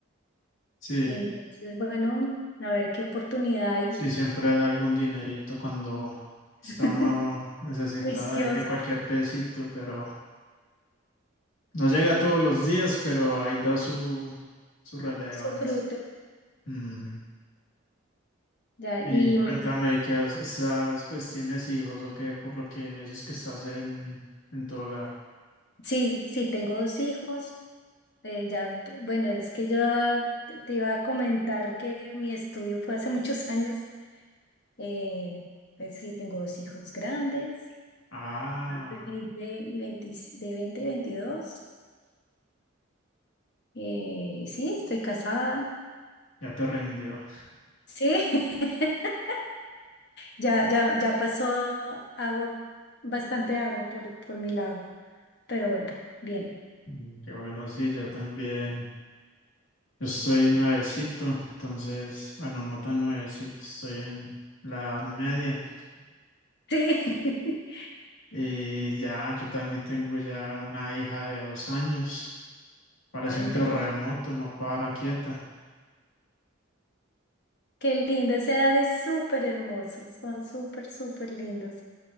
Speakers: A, on the left (about 75°); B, on the left (about 55°).
A: sí,
B: Entonces, bueno, a ver qué oportunidad hay.
A: sí, siempre da algún dinerito cuando está
B: <laughs>
A: uno necesitado
B: Juicioso,
A: ahí de cualquier pesito, pero no llega todos los días, pero ahí da su, su relevancia.
B: su fruto.
A: Mm,
B: Ya,
A: Y
B: y
A: cuéntame que has- estás, pues tienes hijos o qué, por lo que me dices que estás en, en tu hogar.
B: sí, sí, tengo dos hijos. Eh, ya, bueno, es que yo te te iba a comentar que mi estudio fue hace muchos <laughs> años. Eh, pues sí, tengo dos hijos grandes,
A: Ah,
B: 20 y 20 de 20 y veintidós Eh, sí, estoy casada.
A: ya te rindió.
B: Sí, <laughs> ya, ya, ya pasó agua, bastante agua por, por mi lado, pero bueno, bien.
A: Mm, Qué bueno, sí, yo también. Yo estoy nuevecito, entonces, bueno, no tan nuevecito, estoy en la edad media.
B: Sí.
A: Y ya, yo también tengo ya una hija de dos años. Parece
B: <laughs> Ay,
A: un terremoto,
B: pero
A: no para quieta.
B: qué lindo, esa edad es súper hermosos, son súper, súper lindos.